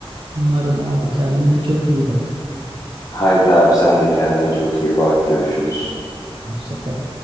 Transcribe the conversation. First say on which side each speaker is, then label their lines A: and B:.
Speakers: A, on the right; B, on the left.
A: Umarım abi kendine çok iyi bak.
B: Haydi abi sen de kendine çok iyi bak. Görüşürüz.
A: Hoşça kal.